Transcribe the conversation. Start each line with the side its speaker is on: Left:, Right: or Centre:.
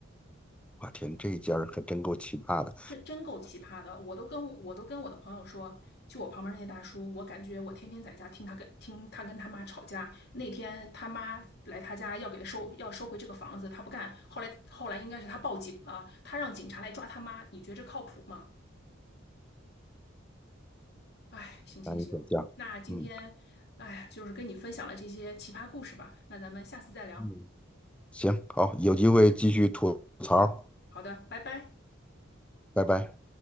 Centre: 我天，这一家儿可真够奇葩的，
Left: 真真够奇葩的，我都跟我都跟我的朋友说，就我旁边那些大叔，我感觉我天天在家听他跟听他跟他妈吵架。那天他妈来他家要给他收要收回这个房子，他不干。后来后来应该是他报警了，他让警察来抓他妈。你觉得这靠谱吗？哎，行行行，
Centre: 难以想象。
Left: 那今天哎呀，
Centre: 嗯
Left: 就是跟你分享了这些奇葩故事吧。那咱们下次再聊。
Centre: 嗯，行，好，有机会继续吐槽，
Left: 好的，拜拜。
Centre: 拜拜。